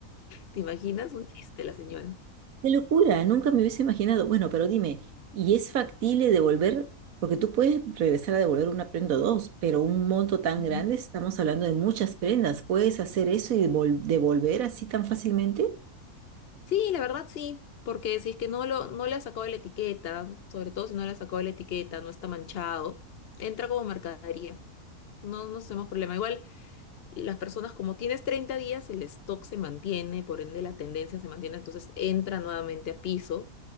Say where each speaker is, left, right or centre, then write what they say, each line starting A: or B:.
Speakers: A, on the left; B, on the right.
A: ¿Te imaginas? Un chiste la señora.
B: Qué locura, nunca me hubiese imaginado. Bueno, pero dime, ¿y es factible devolver? Porque tú puedes regresar a devolver una prenda o dos, pero un monto tan
A: Ujú.
B: grande, estamos hablando de muchas prendas. ¿Puedes hacer eso y devol- devolver así tan fácilmente?
A: Sí, la verdad sí, porque si es que no, lo, no le ha sacado de la etiqueta, sobre todo si no le ha sacado de la etiqueta, no está manchado, entra como mercadería. No, no tenemos problema. Igual las personas, como tienes 30 días, el stock se mantiene, por ende la tendencia se mantiene, entonces entra nuevamente a piso